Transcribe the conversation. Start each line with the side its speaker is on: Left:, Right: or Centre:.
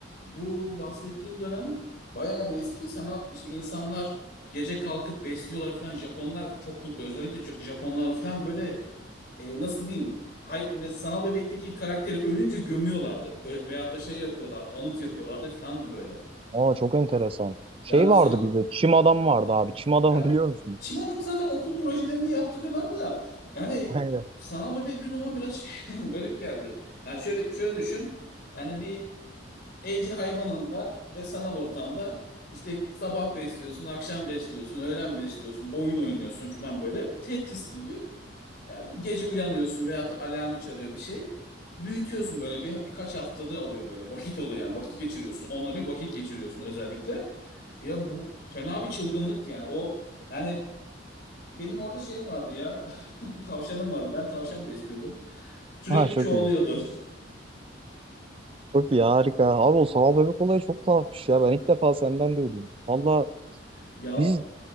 Left: Bu bahsettiğim dönem bayağı bir eski. Sanal işte insanlar gece kalkıp besliyorlar falan. Japonlar çok kul- özellikle Ja- Japonlar falan böyle e, nasıl diyeyim? Hay, mes- sanal bebekteki karakteri ölünce gömüyorlardı. Ö veyahut da şey yapıyorlardı, anıt yapıyorlardı falandı böyle.
Right: Aa çok enteresan. Şey
Left: Yani bu
Right: vardı
Left: sana
Right: bizde. Çim adam vardı abi. Çim adamı
Left: ya
Right: biliyor musun?
Left: çim adamı zaten okul projelerini yaptırıyorlardı da yani
Right: <laughs> Aynen.
Left: sanal bebeği duymama biraz <laughs> şey, garip geldi. Yani şöyle şöyle düşün. Yani bir evcil hayvanın var ve sanal ortamda işte sabah besliyorsun, akşam besliyorsun, öğlen besliyorsun, oyun oynuyorsun falan böyle. Tetris gibi. Ya bir gece uyanıyorsun veyahut da alarmı çalıyor bir şey. Büyütüyorsun böyle bir, birkaç haftanı alıyor böyle. Vakit oluyor yani vakit geçiriyorsun. Onunla bir vakit geçiriyorsun özellikle. Ya bu fena bir çılgınlıktı yani o yani benim orada şeyim vardı ya <laughs> tavşanım vardı ben tavşan besliyordum sürekli
Right: Ha çok
Left: çoğalıyordu
Right: iyi. Çok iyi harika. Abi o sanal bebek olayı çok tuhafmış ya. Ben ilk defa senden duydum. Valla
Left: <laughs> ya
Right: biz